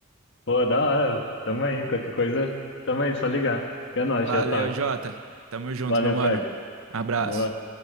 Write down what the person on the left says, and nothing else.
Pô, da hora. Tamo aí. Qualquer coisa, tamo aí. Só ligar. Que é nóis,
já sabe.
Valeu,
Fred.
Boa.